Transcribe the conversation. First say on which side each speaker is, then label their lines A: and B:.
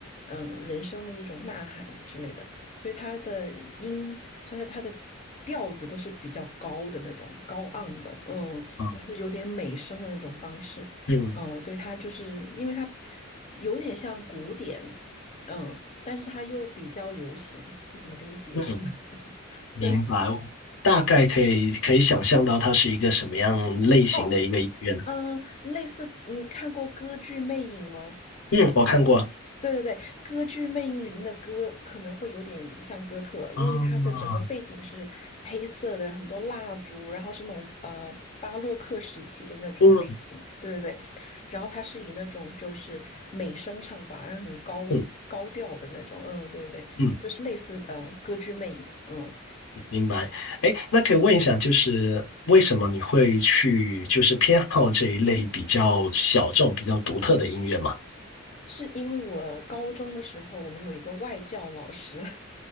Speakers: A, on the left (about 30°); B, on the left (about 80°).
A: 嗯人生的一种呐喊之类的，所以它的音就是它的。调子都是比较高的那种，高昂的，嗯，
B: 啊，
A: 就是有点美声的那种方式，
B: 嗯
A: 嗯、对，它就是因为它有点像古典，嗯、但是它又比较流行，我怎么跟你解释呢？
B: 嗯，
A: <laughs>
B: 明白，
A: 对，
B: 我大概可以可以想象到它是一个什么样类型的一个医院。
A: 哦，嗯、类似你看过歌剧《魅影》吗？
B: 嗯，我看过。
A: 对对对，《歌剧魅影》里面的歌可能会有点像哥特，因为它的整个背景是黑色的，
B: 啊，
A: 很多蜡烛，然后是那种呃巴洛克时期的那种背景。
B: 嗯
A: 对对对，然后它是以那种就是美声唱法，然后很高高调的那种。
B: 嗯
A: 嗯，对对对，
B: 嗯，
A: 就是类似呃《歌剧魅影》。嗯，
B: 明白。哎，那可以问一下，就是为什么你会去就是偏好这一类比较小众、比较独特的音乐吗？
A: 是因为我高中的时候，我们有一个外教老师，<laughs>